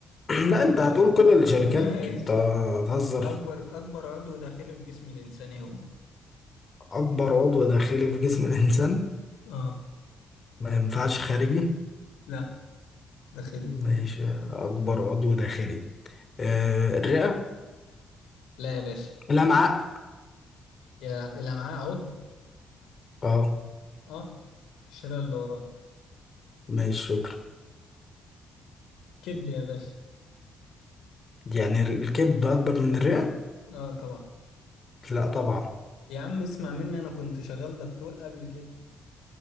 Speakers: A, on the left; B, on the left.
A: اه
B: لا انت
A: اي
B: هتقول
A: بي ام
B: كل الشركات
A: <laughs> ماشي
B: انت هتهزر
A: اكبر اكبر عضو داخلي في جسم الانسان إيه هو
B: اكبر عضو داخلي في جسم الانسان
A: اه
B: ما ينفعش خارجي
A: لا داخلي
B: ماشي اكبر عضو داخلي آه الرئة
A: لا يا باشا
B: الامعاء
A: يا الامعاء عضو
B: اه
A: اه الشريان اللي وراه
B: ماشي شكرا
A: كبد يا باشا
B: يعني الكبد اكبر من الرئة
A: اه طبعا
B: لا طبعا
A: يا عم اسمع مني انا كنت شغال دكتور قبل كده